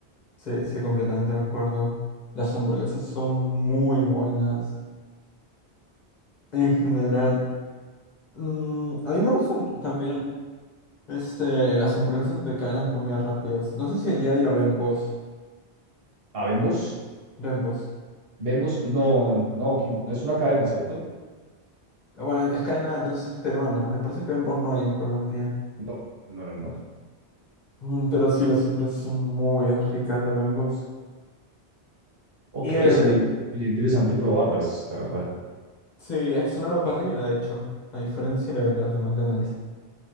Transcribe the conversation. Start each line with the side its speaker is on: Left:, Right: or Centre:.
Left: Sí, sí, completamente de acuerdo. Las hamburguesas son muy buenas en general. Mm, a mí me gustan también, este, las hamburguesas de cadenas de comida rápidas. No sé si allá hay a Bembos.
Right: ¿A Bembos?
Left: Bembos.
Right: Bembos, no, no, aquí no es una cadena, ¿cierto?
Left: Eh, Bueno, es cadena, entonces es peruana. Me parece que Bembos no hay en Colombia.
Right: No, no, no, no.
Left: Mm, pero sí, las hamburguesas son muy ricas de Bembos.
Right: Ok,
Left: Y eh,
Right: sería, sería interesante probarlas, la verdad.
Left: sí, es una a la parrilla, de hecho, a diferencia de las de McDonald's.